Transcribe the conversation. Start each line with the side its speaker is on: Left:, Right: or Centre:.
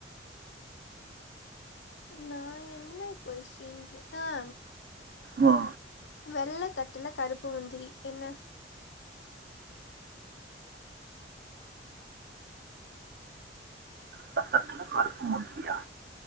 Left: நா என்ன கொஸ்டீன் கேக் ஆ
Right: ம் ஆ
Left: வெள்ள தட்டுல கருப்பு முந்திரி என்ன
Right: வெள்ள தட்டுல கருப்பு முந்திரியா